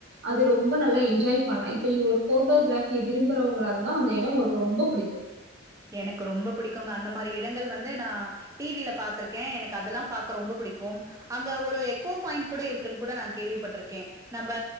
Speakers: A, on the right (about 55°); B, on the right (about 15°).
A: அது ரொம்ப நல்லா என்ஜாய் பண்லா இப்ப நீங்க ஒரு ஃபோட்டோ கிராபிய விரும்புறவங்களா இருந்தா அந்த எடோ உங்களுக்கு ரொம்ப புடிக்கு
B: எனக்கு ரொம்ப புடிக்குங்க அந்த மாரி எடங்கள் வந்து நா டிவில பாத்துருக்க எனக்கு அதெல்லாம் பாக்க ரொம்ப புடிக்கும் அங்க ஒரு எக்கோ பாயிண்ட் கூட இருக்குன் கூட நா கேள்விப்பட்ருக்கே நம்ப